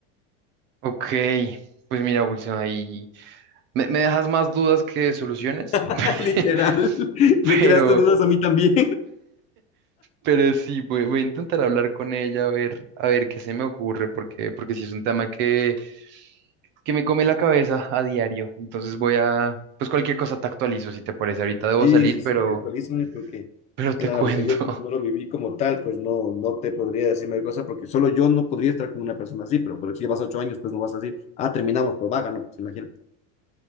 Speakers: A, on the right (about 30°); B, on the left (about 20°).
A: Ok, pues mira, Wilson, ahí. Me, me dejas más dudas que soluciones,
B: <laughs>
A: <laughs>
B: Literal, <laughs> me
A: pero,
B: creaste dudas a mí también.
A: pero sí, voy, voy a intentar hablar con ella a ver, a ver qué se me ocurre, porque, porque sí es un tema que, que me come la cabeza a diario. Entonces voy a, pues cualquier cosa te actualizo, si te parece. Ahorita debo
B: Sí,
A: salir,
B: sí, sí,
A: pero,
B: actualízame porque,
A: pero te
B: claro,
A: cuento.
B: o sea, yo como no
A: <laughs>
B: lo viví como tal, pues no, no te podría decir mayor cosa porque solo yo no podría estar con una persona así, pero, pero si llevas ocho años, pues no vas a decir, ah, terminamos, por vaga, no, pues imagínate.